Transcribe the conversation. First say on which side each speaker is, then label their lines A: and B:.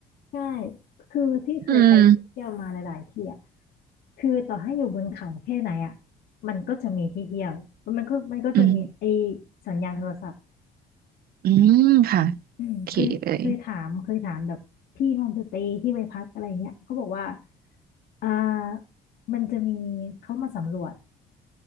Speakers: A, on the left; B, on the right.
A: ใช่คือที่เคยไปเที่ยวมาหลายๆที่อ่ะ
B: อืม
A: คือต่อให้อยู่บนเขาแค่ไหนอ่ะมันก็จะมีที่เที่ยวมันก็มันก็จะมีไอ
B: อืม
A: สัญญาณโทรศัพท์
B: อืมค่ะ
A: อืมเคยเคยถามเคยถามแบบพี่โฮมสเตย์ที่ไปพักอะไรเงี้ยเขาบอกว่า
B: โอเคเลย
A: อ่า มันจะมีเขามาสำรวจ